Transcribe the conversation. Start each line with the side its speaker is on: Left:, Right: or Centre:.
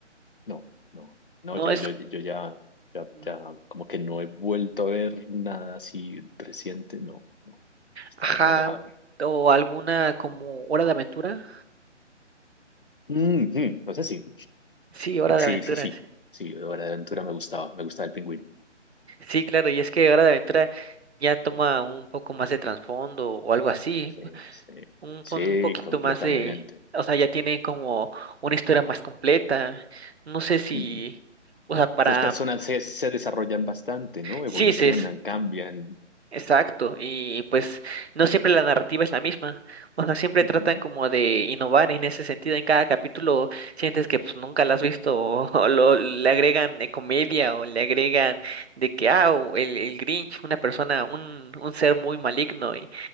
Left: No, no, no,
Right: No
Left: yo,
Right: es,
Left: yo, yo ya, ya,
Right: mm,
Left: ya, como que no he vuelto a ver nada así reciente, no, no, he estado
Right: ajá,
Left: muy alejado.
Right: un- o alguna como Hora de Aventura.
Left: Ujú, o sea, sí,
Right: Sí, Hora
Left: sí,
Right: de Aventura.
Left: sí, sí,
Right: Sí,
Left: sí, Hora de Aventura me gustaba, me gustaba el pingüino,
Right: Sí, claro, y es que Hora de Aventura ya toma un poco más de trasfondo o algo así,
Left: sí, sí,
Right: un,
Left: sí,
Right: po- un poquito
Left: completamente.
Right: más de, o sea, ya tiene como una historia más completa. No sé si,
Left: Ujú.
Right: o sea, para...
Left: Los personajes se, se desarrollan bastante, ¿no?
Right: Sí,
Left: Evolucionan,
Right: sí es.
Left: cambian.
Right: Exacto, y pues no siempre la narrativa es la misma, o sea, siempre
Left: Ujú,
Right: tratan como de innovar en ese sentido, en cada capítulo sientes que pues nunca la has visto, <laughs> o, o lo, le agregan eh, comedia, o le agregan de que, ah, o el, el Grinch, una persona, un, un ser muy maligno, y,